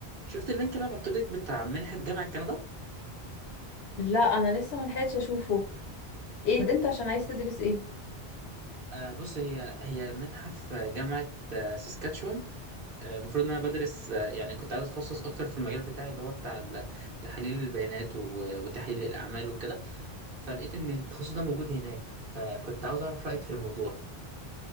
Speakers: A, on the right; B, on the left.
A: شفت اللينك اللي بعته لك بتاع منحة جامعة كندا
B: لا انا لسه ما لحقتش اشوفه ايه ده انت عشان عايز تدرس ايه
A: آه بص هي هي منحة في جامعة آه ساسكاتشوان آه، المفروض ان انا بدرس آه يعني كنت عايز اتخصص اكتر في المجال بتاعي اللي هو بتاع ال- تحليل البيانات و- وتحليل الاعمال وكده فلقيت ان التخصص ده موجود هناك فكنت عاوز اعرف رأيك في الموضوع